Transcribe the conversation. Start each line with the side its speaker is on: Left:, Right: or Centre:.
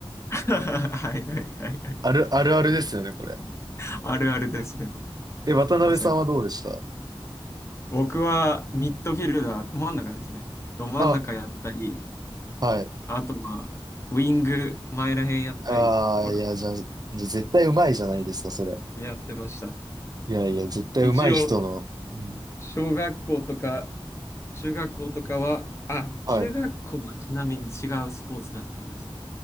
Left: <laughs> はいはいはいはい。
Right: ある、あるあるですよね、これ。
Left: <laughs> あるあるですね。
Right: え、渡辺さんはどうでした
Left: まさに。僕はミッドフィルダー、ど真ん中ですね。ど真ん中やったり、
Right: あ、はい。
Left: あとはウィング、前らへんやったりとか
Right: ああ、いや、じゃあ、じゃあ絶対上手いじゃないですか、それ。
Left: やってました。
Right: いやいや、絶対上手い人の。
Left: 一応、
Right: うん
Left: 小学校とか中学校とかは、あ、
Right: はい。
Left: 中学校はちなみに違うスポーツだったんですよ。